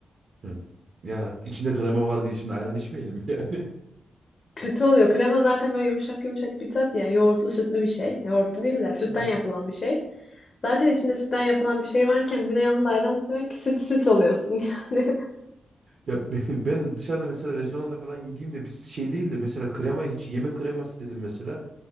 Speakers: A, on the right (about 50°); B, on the left (about 35°).
A: Hı. Ya içinde krema var diye şimdi ayran içmeyelim yani.
B: Kötü oluyor. Krema zaten böyle yumuşak yumuşak bir tat ya. Yoğurtlu sütlü bir şey. Yoğurtlu değil de sütten
A: <laughs> Hı.
B: yapılan bir şey. Zaten içinde sütten yapılan bir şey varken bir de yanında ayran içmek süt süt oluyorsun <laughs> yani.
A: Ya <laughs> ben dışarıda mesela restoranda falan yediğimde bir şey değil de mesela krema hiç yeme kreması dedim mesela.